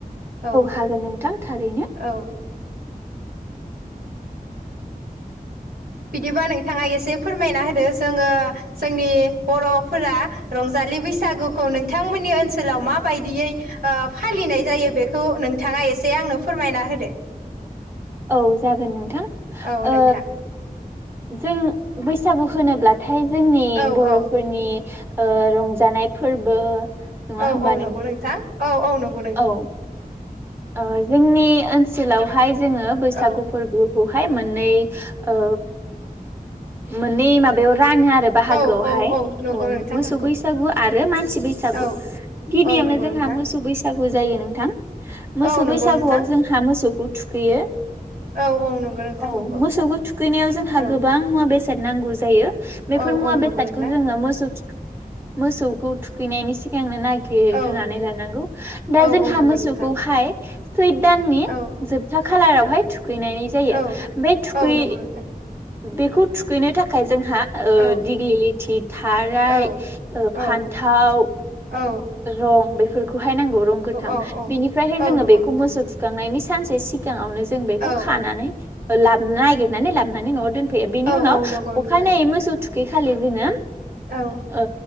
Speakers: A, on the right (about 80°); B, on the right (about 15°).
A: औ
B: हागोन नोंथां थारैनो
A: औ बिदिबा नोंथाङा एसे फोरमायना होदो जोङो जोंनि बर'फोरा रंजा जालि बैसागुखौ नोंथांमोननि ओनसोलाव मााबायदियै ओ फालिनाय जायो बेखौ नोंथाङा एसे आंनो फोरमायना होदो
B: औ जागोन नोंथां
A: औ
B: ओ
A: नोंथां
B: जों बैसागु होनोब्लाथाय जोंनि
A: औ
B: बर'फोरनि
A: औ
B: ओ रंजानाय फोरबो नङा
A: औ
B: होमबा
A: औ नंगौ नोंथां औ औ नं
B: औ ओ जोंनि ओनसोलावहाय जोङो बैसागु
A: औ
B: फोरबो खौहाय मोननै ओ मोननै हाबायाव रानो आरो बाहागोआवहाय
A: औ औ नंगौ
B: औ
A: नोंथां
B: मोसौ
A: नंगौ
B: बैसागु आरो मानसि बैसागु।
A: औ
B: गिबियावनो
A: औ नंगौ
B: जोंहा
A: नोंथां
B: मोसौ बैसा गु जायो नोंथां मोसौ
A: औ नंगौ
B: बैसागुआव
A: नोंथां
B: जोंहा मोसौखौ थुखैयो
A: औ औ नंगौ नोंथां
B: औ
A: नंगौ
B: मोसौखौ थुखैनायाव जोंहा
A: औ
B: गोबां मुवा बेसाद नांगौ जायो बेफोर
A: औ
B: मुवा
A: औ
B: बेसादखौ
A: नंगौ नोंथां
B: जोङो मोसौ थुखै मोसौखौ थुखैनायनि सिगांनो ना खेग्रोनानै
A: औ
B: लानांगौ दा
A: औ
B: जोंहा
A: औ नंगौ
B: मोसौखौहाय
A: नोंथां
B: सैथ दाननि
A: औ
B: जोबथा खालारावहाय थु खैनाय जायो
A: औ
B: बे थुखै
A: औ नंगौ नोंथां
B: बेखौ थुखैनो थाखाय जोंहा ओ
A: औ
B: दिग्लि लिथि थाराइ
A: औ
B: ओ फान्थाव
A: औ औ
B: रं बे खौहाय नांगौ रं गोथां
A: औ औ
B: बिनिफ्रायहाय
A: औ
B: जोङो
A: नंगौ
B: बेखौ
A: नोंथां
B: मोसौ थुखांनायनि सानसे सि गाङावनो जों बेखौ
A: औ
B: खानानै ओ लाब नागिरनानै लाबोनानै न'आव दोनफैयो बेनि
A: औ
B: उनाव
A: औ नंगौ
B: अखानायै
A: नोंथां
B: मोसौ थुखै खालि जोङो
A: औ
B: ओ